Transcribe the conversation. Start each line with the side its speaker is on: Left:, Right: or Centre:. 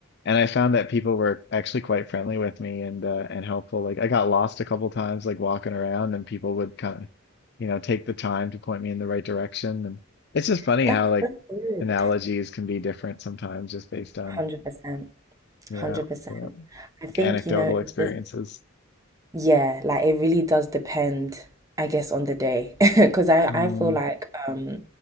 Left: and I found that people were actually quite friendly with me and uh, and helpful. Like I got lost a couple times, like walking around, and people would kind of, you know, take the time to point me in the right direction. And it's just
Right: <laughs>
Left: funny
Right: That's
Left: how like
Right: so good.
Left: analogies can be different sometimes, just based on
Right: 100%.
Left: yeah,
Right: 100%.
Left: yeah,
Right: I
Left: like
Right: think,
Left: anecdotal
Right: you know,
Left: experiences.
Right: if Yeah, like it really does depend, I guess, on the day. <laughs> Because I,
Left: Mm,
Right: I feel like um,